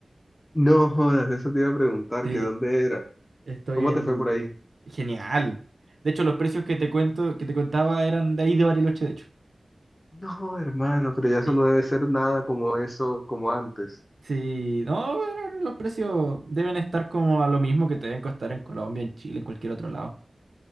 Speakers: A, on the left; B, on the right.
A: No jodas, eso te iba a preguntar,
B: <laughs> Sí,
A: que dónde era.
B: Estoy
A: ¿Cómo
B: en...
A: te fue por ahí?
B: Genial. De hecho, los precios que te cuento, que te contaba eran de ahí de Bariloche, de hecho.
A: No, hermano, pero ya eso
B: Sí.
A: no debe ser nada como eso, como antes.
B: Sí. No, pero los precios deben estar como a lo mismo que te deben costar en Colombia, en Chile, en cualquier otro lado.